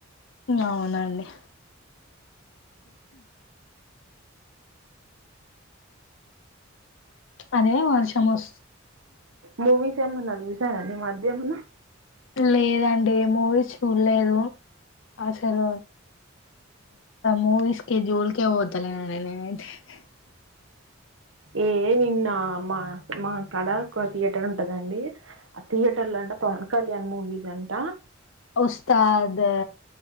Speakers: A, on the left; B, on the right.
A: అవునండి అదే వర్షం వస్
B: మూవీస్ నాని మాధ్యమన్నా
A: లేదండి ఏ మూవీ చూడలేదు అసలు మూవీస్ <unintelligible>
B: ఏ నిన్న మా మాక్కడ ఒక థియేటర్ ఉంటదండి ఆ థియేటర్ లో అంట పవన్ కళ్యాణ్ మూవీస్ అంట
A: ఉస్తస్తాద్